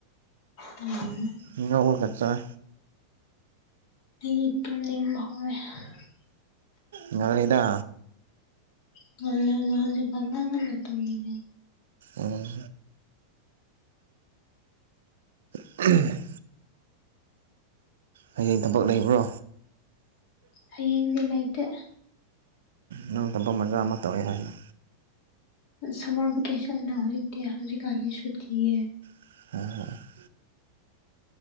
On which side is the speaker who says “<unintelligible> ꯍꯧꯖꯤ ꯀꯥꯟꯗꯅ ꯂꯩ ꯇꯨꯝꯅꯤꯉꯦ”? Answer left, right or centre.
Left